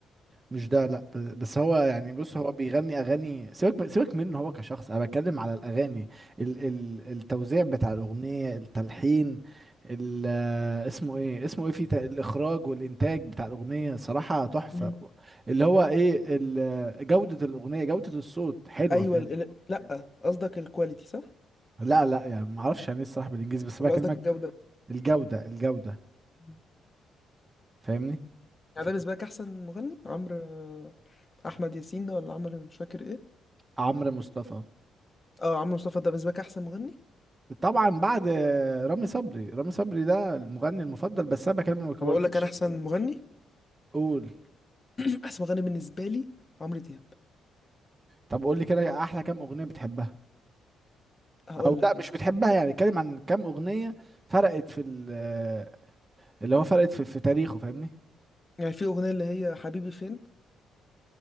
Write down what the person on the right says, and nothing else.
مش ده لا ب- بس هو يعني بص هو بيغني اغاني سيبك سيبك منه هو كشخص انا بتكلم على الاغاني ال ال التوزيع بتاع الاغنيه التلحين ال آه، اسمه ايه اسمه ايه في ت- الاخراج والانتاج بتاع الاغنيه صراحه تحفه
اللي هو ايه ال- آه، جوده الاغنيه جوده الصوت حلوه
فاهم
لا لا يعني ما اعرفش يعني ايه الصراحه بالانجليزي بس
بكلمك
الجوده الجوده
فاهمني
ف-
عمرو مصطفى
طبعا بعد رامي صبري رامي صبري ده المغني المفضل بس انا بكلمك ما
بقولكش
قول
طب قول لي كده احلى كام اغنيه بتحبها
او
لا
مش بتحبها يعني اتكلم عن كام اغنيه فرقت في ال- آه، اللي هو فرقت في, في تاريخه فاهمني